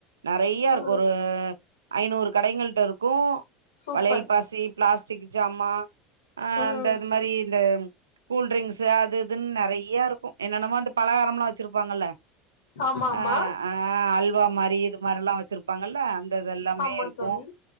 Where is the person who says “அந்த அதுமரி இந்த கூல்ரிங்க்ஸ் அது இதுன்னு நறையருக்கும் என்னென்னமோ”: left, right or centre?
Right